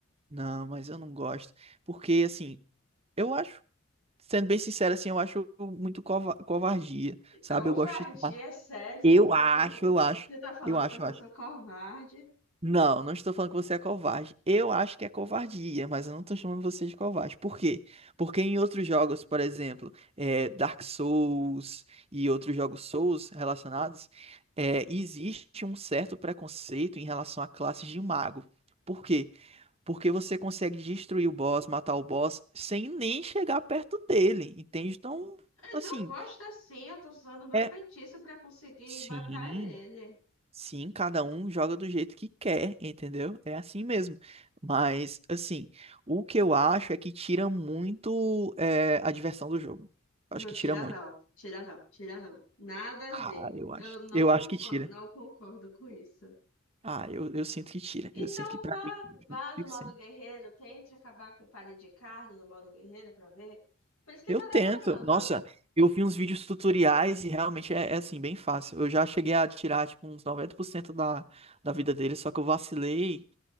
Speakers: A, on the right; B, on the left.
A: Não, mas eu não gosto. Porque, assim, eu acho. Sendo bem sincero, assim, eu acho muito cova- covardia, sabe?
B: Covardia,
A: Eu gosto de.
B: é sério, você
A: Eu
B: tá falando,
A: acho,
B: então, que eu-
A: eu acho.
B: você tá falando
A: Eu acho,
B: então que
A: eu acho.
B: eu sou covarde.
A: Não, não estou falando que você é covarde. Eu acho que é covardia, mas eu não estou chamando você de covarde. Por quê? Porque em outros jogos, por exemplo, é, Dark Souls e outros jogos Souls relacionados, é, existe um certo preconceito em relação à classe de mago. Por quê? Porque você consegue destruir o boss, matar o boss, sem nem chegar perto dele, entende? Então,
B: Mas
A: assim,
B: eu gosto assim, eu tô usando o meu
A: é.
B: feitiço pra conseguir
A: Sim.
B: matar ele.
A: Sim, cada um joga do jeito que quer, entendeu? É assim mesmo. Mas, assim, o que eu acho é que tira muito é, a diversão do jogo. Acho
B: Não
A: que
B: tira
A: tira muito.
B: não, tira não, tira não. Nada
A: Ah,
B: a ver.
A: eu
B: Eu
A: acho.
B: não
A: Eu
B: concordo,
A: acho que tira.
B: não concordo com isso.
A: Ah, eu, eu sinto que tira.
B: Então
A: Eu sinto que pra
B: vá,
A: mim, eu
B: vá
A: sinto
B: no modo
A: que sim.
B: guerreiro, tente acabar com o palha de carne no modo guerreiro pra ver. Por isso que
A: Eu
B: tá
A: tento.
B: demorando.
A: Nossa, eu vi uns vídeos tutoriais e realmente é, é, assim, bem fácil. Eu já cheguei a tirar, tipo, uns 90% da, da vida dele, só que eu vacilei